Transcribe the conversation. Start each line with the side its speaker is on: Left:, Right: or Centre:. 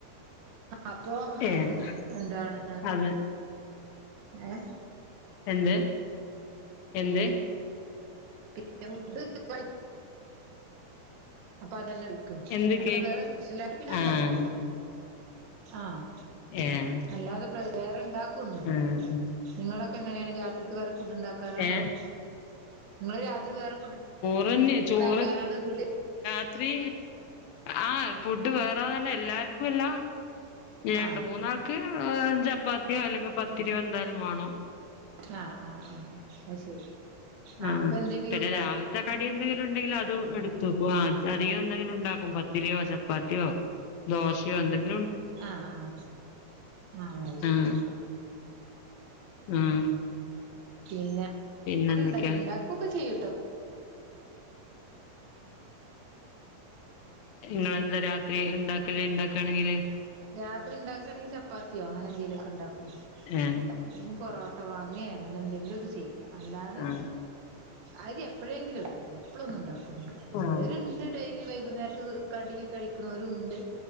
Right: അപ്പൊ
Left: ഏഹ്
Right: എന്താണ്
Left: അത്
Right: ഏഹ്
Left: എന്ത് എന്ത്
Right: <inaudible> അപ്പോ അതല്ലേ. ക്കും
Left: എന്ത്
Right: അതില്
Left: കേക്ക്
Right: വേറെ സ്പെഷ്യലായിട്ട് പിന്നെ
Left: ആഹ്
Right: ഉണ്ടാക്കുന്നില്ലേ. ആഹ്
Left: ഏഹ്
Right: അല്ലാതെ <inaudible> <inaudible> ഒന്നല്ല
Left: ആഹ് ഉം
Right: നിങ്ങളൊക്കെ എങ്ങനെയാണ് രാത്രിക്ക് വേറെ ഫുഡ് ഉണ്ടാക്കാറാണോ-
Left: ഏഹ്
Right: <inaudible> അ വേറെ ഫുഡ്-
Left: <inaudible> അങ്ങനെ തന്നെ ആ ചോറ്
Right: ഉണ്ടാക്കാറാണ് വീട്ടില്
Left: - ത്രീ ആഹ- ഫുഡ് വേറെന്നന്നെ എല്ലാർക്കുംല്ല രണ്ട
Right: ആഹ്
Left: മൂന്നാൾക്ക് ചപ്പാത്തിയോ അല്ലെങ്കിൽ പത്തി - ഇനി എന്തേലും വേണോ? <unintelligible>
Right: ആഹ ആഹ ആഹ അത് ശരി ആഹ്
Left: ആ
Right: അപ്പൊ എന്തെങ്കിലും
Left: പിന്നെ
Right: ഉണ്ടാവും
Left: രാവിലത്തെ കടി എന്തെങ്കിലും ഉണ്ടെങ്കിൽ അതു എടുത്തു വെക്കും ആ കറി ഒന്നും ഇല്ലെങ്കി - ഉണ്ടാകും പത്തിരിയോ ചപപ്പാ ത്തിയോ ദോശയോ എന്തെങ്കി-
Right: ആഹ ആഹ ആ അത് ശരി
Left: ആഹ് ആഹ്
Right: പിന്നെ-
Left: പിന്നെ
Right: അങ്ങനണ്ടാക്കണ്ടാക്കൊക്കെ
Left: എന്തൊക്കെയാ
Right: ചെയ്യൂും ത <unintelligible>
Left: നിങ്ങളന്തരാ ത്രി ഉണ്ടാകല്ഉണ്ടാ <inaudible> ക്കാണെങ്കില് <inaudible>
Right: രാത്രി ഉണ്ടാക്കാണെങ്കിൽ ചപ്പാത്തിയോ അങ്ങനെ എന്തെലുക്കെ ഉണ്ടാക്കും.
Left: ഏഹ്
Right: ഇല്ലെങ്കിൽ പൊറാട്ട വാങ്ങേ അങ്ങനെന്തങ്കിലുക്കെ ചെയ്യും. അല്ലാതെ-
Left: ആഹ്
Right: അരി എപ്പോഴെങ്കിലൊക്കെ- എപ്പള്ളൊന്നുണ്ടാക്കുന്നില്ല
Left: ആഹ്
Right: ചിലോ രുണ്ട് ഡെയിലി- വൈകുന്നേരത്ത് കടി കഴിക്ക്‌ ണോരുണ്ട്